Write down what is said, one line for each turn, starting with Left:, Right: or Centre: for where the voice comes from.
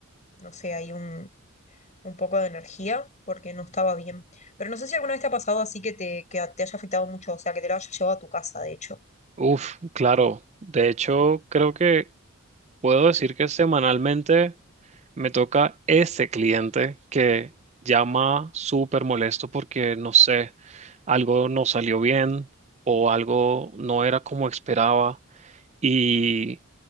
Left: no sé, ahí un, un poco de energía porque no estaba bien. Pero no sé si alguna vez te ha pasado así que te, que te haya afectado mucho, o sea, que te lo haya llevado a tu casa, de hecho.
Right: Uf, claro. De hecho, creo que puedo decir que semanalmente me toca ese cliente que llama súper molesto porque, no sé, algo no salió bien o algo no era como esperaba. Y,